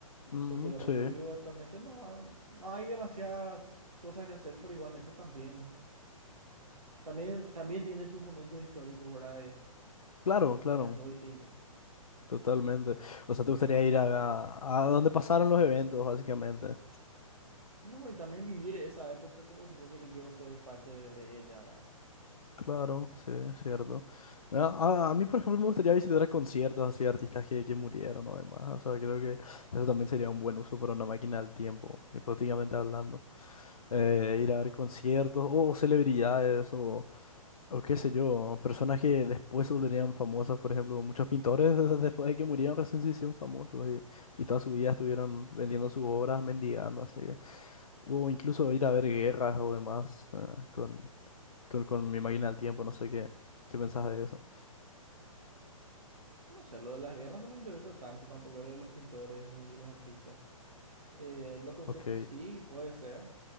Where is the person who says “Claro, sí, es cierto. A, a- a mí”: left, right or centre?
Left